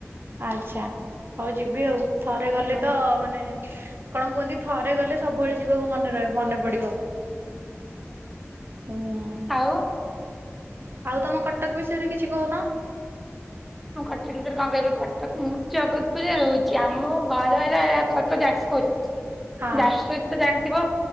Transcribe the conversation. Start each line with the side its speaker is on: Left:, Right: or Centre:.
Right: ଆଚ୍ଛା ହୋଉ ଯିବି ଆଉ ଥରେ ଗଲେ
Centre: ହଁ
Right: ତ ମାନେ କଣ କୁହନ୍ତି ଥରେ ଗଲେ ସବୁବେଳେ ଯିବାକୁ ମନେ ରହ ମନେ ପଡିବ? ଉଁମ୍।
Centre: ଆଉ
Right: ଆଉ ତମ କଟକ ବିଷୟରେ କିଛି କହୁନ?
Centre: ମୁଁ କଟକ ଭିତରେ କଣ କହିବି କଟକ ମୁଁ ଜଗତପୁରୁରେ ରହୁଛି ଆମ ଘରେ ରହିଲେ ଏ ଫୋଟୋ ଯାଜପୁର
Right: ହଁ
Centre: ଯାଜପୁର ତ ଜାଣିଥିବ।